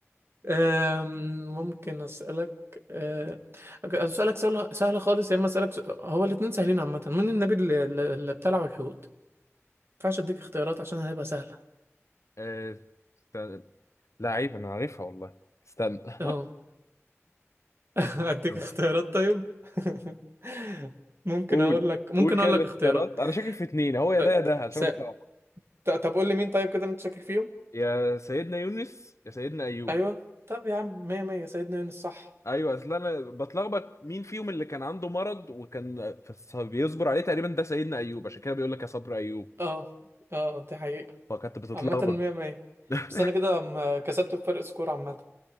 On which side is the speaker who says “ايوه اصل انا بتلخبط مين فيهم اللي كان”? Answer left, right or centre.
Left